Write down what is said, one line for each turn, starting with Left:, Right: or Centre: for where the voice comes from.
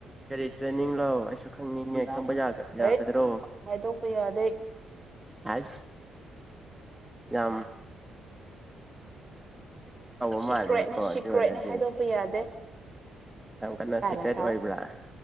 Centre: ꯀꯔꯤ ꯇ꯭ꯔꯦꯅꯤꯡꯡ ꯂꯑꯣ ꯈꯪꯅꯤꯡꯉꯦ ꯈꯪꯕ ꯌꯥ
Right: ꯍꯩꯠ
Centre: ꯌꯥꯒꯗ꯭ꯔꯣ
Right: ꯍꯥꯏꯗꯣꯛꯄ ꯌꯥꯗꯦ
Centre: ꯍꯥꯏ ꯑ ꯃꯥꯜꯂꯦꯀꯣ
Right: ꯁꯤꯀ꯭ꯔꯦꯠꯅꯤ ꯁꯤꯀ꯭ꯔꯦꯠꯅꯤ
Centre: ꯑꯗꯨ ꯑꯣꯏꯔꯗꯤ
Right: ꯍꯥꯏꯗꯣꯛꯄ ꯌꯥꯗꯦ
Centre: ꯌꯥꯝ ꯀꯟꯅ
Right: ꯀꯥꯏꯂ
Centre: ꯁꯤꯀ꯭ꯔꯦꯠ
Right: ꯁꯥ
Centre: ꯑꯣꯏꯕ꯭ꯔꯥ